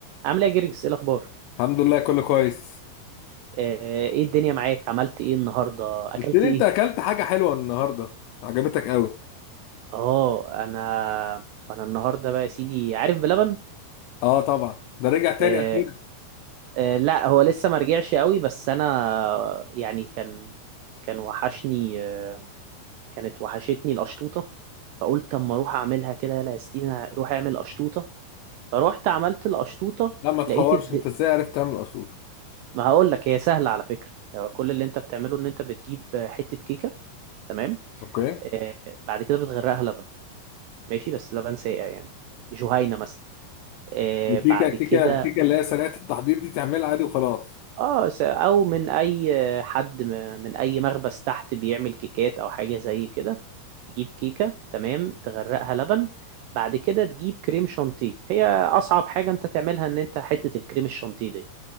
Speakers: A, on the right; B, on the left.
A: عامل ايه يا جرجس ايه الاخبار
B: الحمد لله كله كويس
A: آه، ايه الدنيا معاك عملت ايه النهارده اكلت
B: قلت لي
A: ايه
B: انت اكلت حاجه حلوه النهارده عجبتك قوي
A: اه انا انا النهارده بقى يا سيدي عارف بلبن
B: اه طبعا ده رجع تاني
A: آه
B: اخيرا
A: آه لا هو لسه ما رجعش قوي بس انا يعني كان كان وحشني آه كانت وحشتني القشطوطه فقلت اما اروح اعملها كده يلا يا ستيفن روح اعمل قشطوطه فروحت عملت القشطوطه
B: لا ما تحورش
A: لقيت الد...
B: انت ازاي عرفت تعمل قشطوطه
A: ما هقول لك هي سهله على فكره هو كل اللي انت بتعمله ان انت بتجيب حته كيكه تمام
B: اوكي
A: آه، بعد كده بتغرقها لبن ماشي بس لبن ساقع يعني جهينة مثلا آه
B: الكيكه
A: بعد
B: كيكه
A: كده
B: كيكه اللي هي سريعه التحضير دي تعملها عادي وخلاص
A: اه س- او من اي آه، حد م- من اي مخبز تحت بيعمل كيكات او حاجة زي كده تجيب كيكة تمام تغرقها لبن بعد كده تجيب كريم شانتيه هي اصعب حاجة انت تعملها ان انت حتة الكريم الشانتيه دي